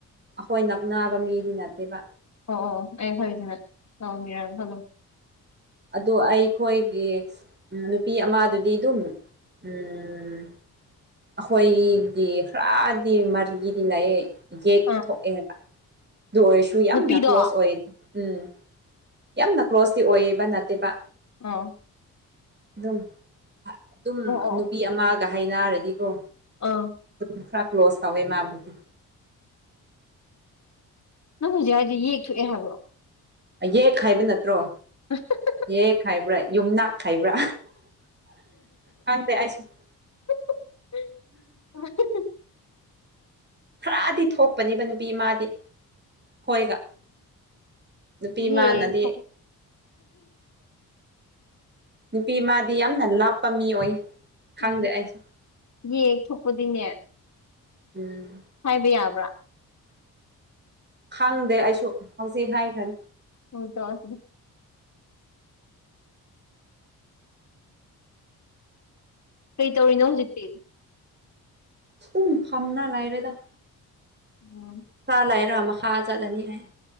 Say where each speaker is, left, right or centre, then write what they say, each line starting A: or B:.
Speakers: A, on the right; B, on the left.
A: ꯑꯩꯈꯣꯏ ꯅꯛꯅꯕ ꯃꯤꯗꯤ ꯅꯠꯇꯦꯕ
B: ꯑꯣ ꯑꯣ ꯑꯩ ꯐꯔꯤꯁꯤꯅ ꯂꯥꯛꯕꯤꯔꯅ ꯈꯜꯂꯨ
A: ꯑ ꯑꯩ ꯑꯩꯈꯣꯏꯒꯤ ꯅꯨꯄꯤ ꯑꯃꯗꯨꯗꯤ ꯑꯗꯨꯝ ꯎꯝ ꯑꯩꯈꯣꯏꯒꯤꯗꯤ ꯈꯔꯗꯤ ꯃꯥꯔꯤꯒꯤꯗꯤ ꯂꯥꯏꯑ ꯌꯦꯛ
B: ꯑꯥ
A: ꯊꯣꯛꯑꯦꯕ ꯑꯗꯨ ꯑꯣꯏꯔꯁꯨ ꯌꯥꯝꯅ
B: ꯅꯨꯄꯤꯗꯣ
A: ꯀ꯭ꯂꯣꯁ
B: ꯑꯣ
A: ꯑꯣꯏ ꯎꯝ ꯌꯥꯝꯅ ꯀ꯭ꯂꯣꯁꯇꯤ ꯑꯣꯏꯌꯦꯕ ꯅꯠꯇꯦꯕ
B: ꯑꯥ
A: ꯑꯗꯨꯝ ꯑꯗꯨꯝ
B: ꯑꯣ ꯑꯣ
A: ꯅꯨꯄꯤ ꯑꯃꯒ ꯍꯥꯏꯅꯔꯗꯤꯀꯣ
B: ꯑꯥ
A: ꯑꯗꯨꯝ ꯈꯔ ꯀ꯭ꯂꯣꯁ ꯇꯧꯋꯦ ꯃꯥꯕꯨꯗꯤ
B: ꯅꯪ ꯍꯧꯖꯤꯛ ꯍꯥꯏꯗꯤ ꯌꯦꯛꯊꯣꯛꯑꯦ ꯍꯥꯏꯕ꯭ꯔꯣ
A: ꯌꯦꯛ ꯍꯥꯏꯕ ꯅꯠꯇ꯭ꯔꯣ
B: ꯑ <inaudible>
A: ꯍꯦ ꯈꯥꯏꯕ꯭ꯔꯥ ꯌꯨꯝꯅꯥꯛ ꯈꯥꯏꯕ꯭ꯔꯥ ꯈꯪ ꯑꯩꯁꯨ <inaudible>
B: <unintelligible>
A: ꯈꯔꯥꯗꯤ ꯊꯣꯛꯄꯅꯦꯕ ꯅꯨꯄꯤ ꯃꯥꯗꯤ ꯍꯣꯏꯒꯥ ꯅꯨꯄꯤꯃꯅꯗꯤ
B: ꯌꯦꯛ ꯊꯣꯛ
A: ꯅꯨꯄꯤ ꯃꯥꯗꯤ ꯌꯥꯝꯅ ꯂꯥꯞꯄꯥ ꯃꯤ ꯑꯣꯏ ꯈꯪꯗꯦ
B: ꯎꯝ
A: ꯑꯩꯁꯨ
B: ꯌꯦ ꯊꯣꯛꯄꯗꯤꯅꯦ
A: ꯎꯝ
B: ꯍꯥꯏꯕ ꯌꯥꯕ꯭ꯔꯥ
A: ꯈꯪꯗꯦ ꯑꯩꯁꯨ ꯍꯧꯖꯤꯛ ꯍꯥꯏ ꯈꯅꯤ
B: ꯍ ꯇ ꯑꯁ <inaudible> ꯀꯔꯤ ꯇꯧꯔꯤꯅꯣ ꯍꯧꯖꯤꯛꯇꯤ
A: ꯑꯗꯨꯨꯝ ꯐꯝꯅ ꯂꯥꯏꯔꯦꯗ
B: ꯎꯝ
A: ꯆꯂꯑꯔꯃ ꯍꯥ ꯆꯂꯅꯤ ꯍꯥꯏ